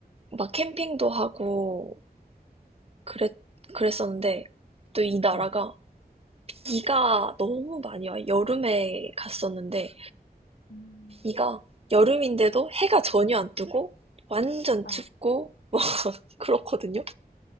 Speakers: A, on the right; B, on the left.
A: 막 캠핑도 하고 그랬, 그랬었는데 또 이 나라가
B: 네,
A: 비가 너무 많이 와요. 여름에 갔었는데
B: 음,
A: 비가 여름인데도 해가 전혀 안 뜨고 완전
B: 아,
A: 춥고 <laughs> 그렇거든요.